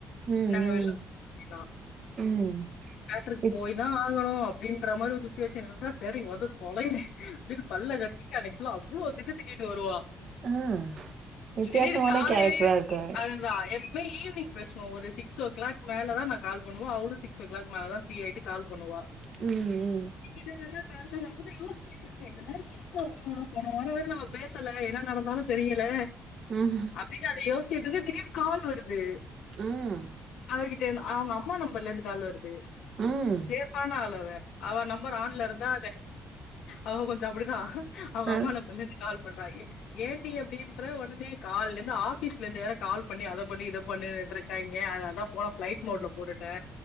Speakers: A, on the right; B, on the left.
A: ம்
B: நாங்க
A: ம்
B: வெள்ள அப்டிதா
A: ம்
B: தேட்டருக்கு
A: இப்
B: போய் தா ஆகணு அப்டின்ற மாறி ஒரு சுச்சுவேஷன் இருந்தா செரி வந்து தொலையிற அப்டின் பல்ல கடிச்சிட்டு அன்னைக்கு ஃபுல்லா அவ்ளோ திட்டு திட்டிட்டு வருவா
A: ஆ வித்தியாசமான
B: திடீருனு காலைலயே
A: கேரக்டரா இருக்காங்க
B: அது தா எப்மே ஈவ்னிங் பேசுவோ ஒரு சிக் ஓ கிளாக் மேல தா நா கால் பண்ணுவோ அவளு சிக்ஸ் ஓ கிளாக் மேல தா ப்ரீயாயிட்டு கால் பண்ணுவா
A: ம்
B: இப்டிதா இதெல்லா கால்ல நா புது யோச்சிட்ருக்கே இந்த மாரி இருக்கு உயிரோட போன வாரோ வேற நம்ம பேசல என்ன நடந்தாலு தெரியில
A: ம்
B: அப்டின்னு அத யோச்சிட்ருக்க திடீர்னு கால் வருது
A: ம்
B: அவகிட் டேந்த் அவுங்க அம்மா நம்பர்லருந்து கால் வருது
A: ம் ம்
B: சேப்பான ஆள் அவ அவ நம்பர் ஆண்ல இருந்தா அவ கொஞ்ச அப்டிதா அவுங்க
A: அ
B: அம்மா நம்பர்லந்து கால் பண்றாயே ஏன்டீ அப்டின்ற ஓடனே கால்லந்து ஆபீஸ்ல இந்து வேற கால் பண்ணி அத பண்ணு இத பண்ணுட்டுருக்காய்ங்க அதனால தா ஃப்ளைட் மோட்ல போட்டுட்டே